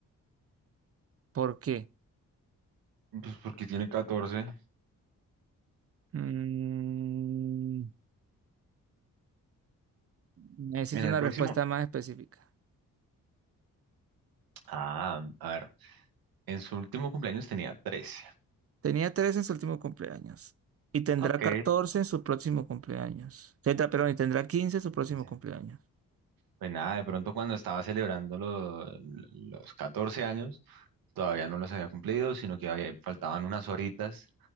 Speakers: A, on the right (about 40°); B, on the right (about 85°).
A: ¿Por qué?
B: Pues porque tiene catorce
A: Mm, necesito
B: En el
A: una
B: próximo.
A: respuesta más específica.
B: Ah, a ver. En su último cumpleaños tenía trece
A: Tenía trece en su último cumpleaños y tendrá
B: Ok.
A: 14 en su próximo cumpleaños. Tendrá- Perdón, y tendrá 15 en su próximo
B: quince.
A: cumpleaños.
B: Pues nada, de pronto cuando estaba celebrando lo- los 14 años, todavía no los había cumplido, sino que había- faltaban unas horitas.